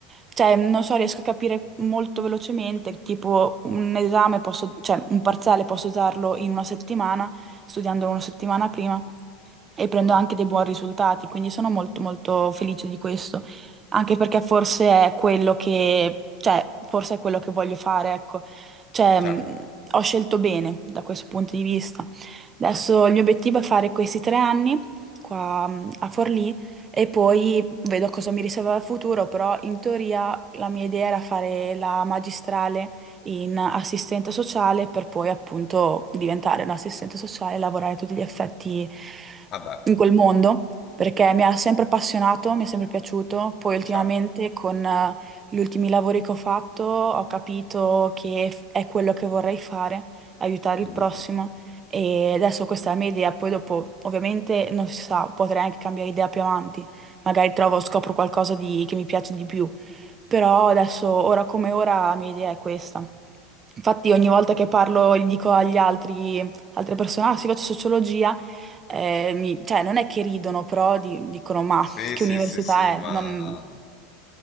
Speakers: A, on the right; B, on the left.
A: cioè, non so, riesco a capire molto velocemente, tipo un esame posso, cioè un parziale posso darlo in una settimana, studiandolo una settimana prima e prendo
B: Ah,
A: anche dei buoni risultati, quindi sono molto molto felice di questo, anche perché forse è quello che, cioè, forse è quello che voglio fare, ecco. Cioè,
B: certo.
A: mh, ho scelto bene da questo punto di vista. Adesso il mio obiettivo è fare questi tre anni qua mh, a Forlì e poi vedo cosa mi riserva il futuro, però in teoria la mia idea era fare la magistrale in assistente sociale per poi appunto diventare un assistente sociale e lavorare a tutti gli effetti
B: Vabbè,
A: in quel mondo, perché mi ha sempre appassionato, mi è sempre piaciuto. Poi ultimamente
B: certo.
A: con eh, gli ultimi lavori che ho fatto ho capito che f- è quello che vorrei fare, aiutare il
B: Mhm.
A: prossimo. E adesso questa è la mia idea, poi dopo ovviamente non si sa, potrei anche cambiare idea più avanti, magari trovo, scopro qualcosa di- che mi piace di più, però adesso, ora come ora, la mia idea è questa. Infatti ogni volta che parlo, gli dico agli altri, altre persone, ah sì, faccio sociologia, eh, mi- cioè non è che ridono, però di- dicono, ma
B: Sì,
A: che
B: sì,
A: università
B: sì, sì, ma
A: è? Non...